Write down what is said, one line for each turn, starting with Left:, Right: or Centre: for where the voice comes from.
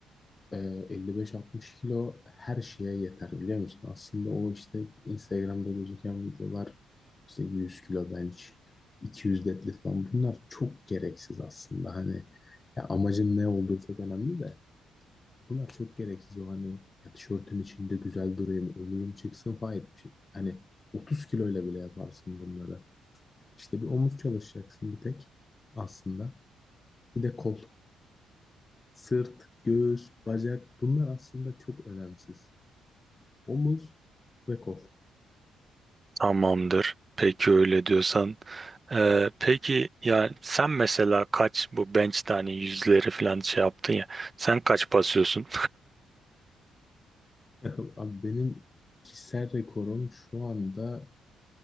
Left: Ee, 55-60 kilo her şeye yeter biliyor musun? Aslında o işte Instagram'da gözüken videolar işte 100 kilo bench, 200 deadlift falan bunlar çok gereksiz aslında. Hani ya amacın ne olduğu çok önemli de bunlar çok gereksiz o hani ya tişörtün içinde güzel durayım, omuzum çıksın falan bir şey. Hani 30 kiloyla bile yaparsın bunları. İşte bir omuz çalışacaksın bir tek aslında. Bir de kol, sırt, göğüs, bacak bunlar aslında çok önemsiz. Omuz ve kol.
Right: Tamamdır. Peki öyle diyorsan. Ee, peki yani sen mesela kaç bu bench tane yüzleri falan şey yaptın ya. Sen kaç basıyorsun?
Left: <laughs> Abi benim kişisel rekorum şu anda